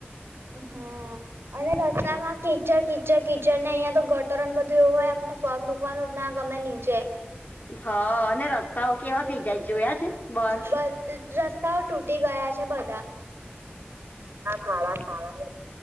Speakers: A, on the right; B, on the left.
A: હમ્મ અને રસ્તામાં કીચડ કીચડ કીચડ ને અહિયાં તો ગટરોન બધું એવું હોય આપને પગ મૂકવાનું જ ના ગમે નીચે
B: હા અને રસ્તાઓ કેવા થઇ જાય જોયા છે. બર
A: બસ રસ્તાઓ તૂટી ગયા છે, બધા. ખાડા ખાડા